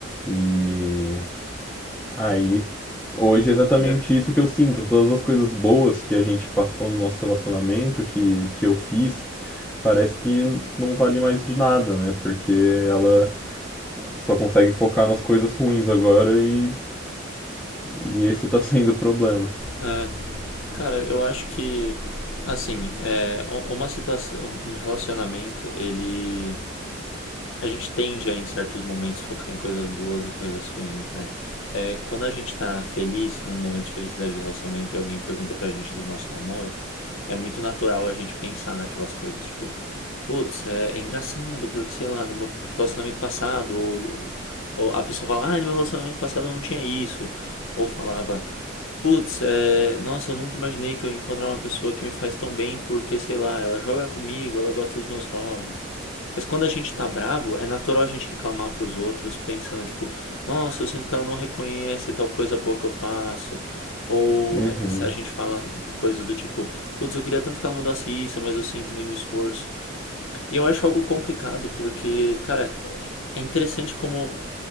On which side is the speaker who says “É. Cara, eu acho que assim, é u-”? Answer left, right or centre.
Left